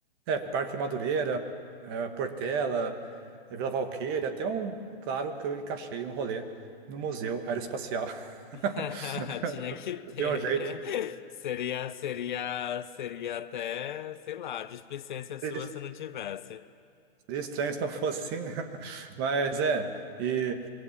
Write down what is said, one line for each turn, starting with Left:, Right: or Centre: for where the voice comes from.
Right: é, Parque Madureira, é, Portela, é, Vila Valqueira, até um, claro, que eu encaixei um rolê no Museu Aeroespacial. <laughs>
Left: <laughs> Tinha que ter.
Right: Deu um jeito.
Left: Seria, seria, seria até, sei lá, displicência sua
Right: <laughs>
Left: se não tivesse.
Right: Seria estranho se não fosse assim. <laughs> Mas é, e